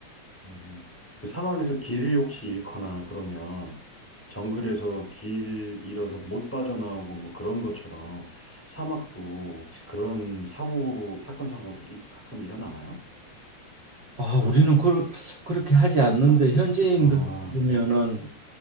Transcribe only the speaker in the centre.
음. 그 사막에서 길을 혹시 잃거나 그러면 정글에서 길 잃어서 못 빠져나오고 뭐 그런 것처럼 사막도 혹시 그런 사고, 사건 사고들이 가끔 일어나나요?
아,